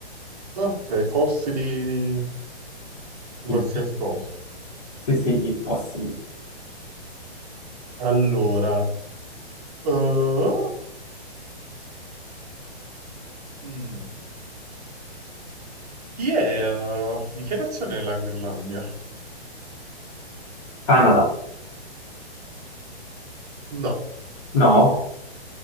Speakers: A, on the right (about 40°); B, on the left (about 35°).
A: Ok, fossili di qualsiasi
B: I-
A: cosa.
B: Sì, sì, i fossili.
A: Allora, Oh, Mm, chi è? eh, di che nazione è la Groenlandia?
B: Canada.
A: No,
B: No,